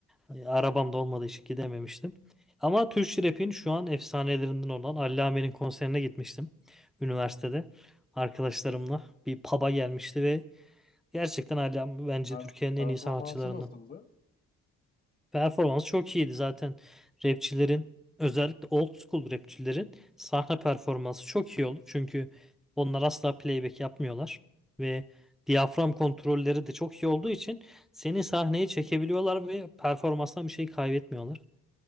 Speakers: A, in the centre; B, on the left (about 30°).
A: Yani Arabam da olmadığı için gidememiştim. Ama Türkçe rap'in şu an efsanelerinden olan Allame'nin konserine gitmiştim. Üniversitede arkadaşlarımla bir pub'a gelmişti ve gerçekten Allame bence
B: Per-
A: Türkiye'nin
B: performansı
A: en iyi sanatçılarından.
B: nasıldı?
A: Performans çok iyiydi zaten. Rapçilerin özellikle old school rapçilerin sahne performansı çok iyi olur. Çünkü onlar asla playback yapmıyorlar ve diyafram kontrolleri de çok iyi olduğu için seni sahneye çekebiliyorlar ve performanstan bir şey kaybetmiyorlar.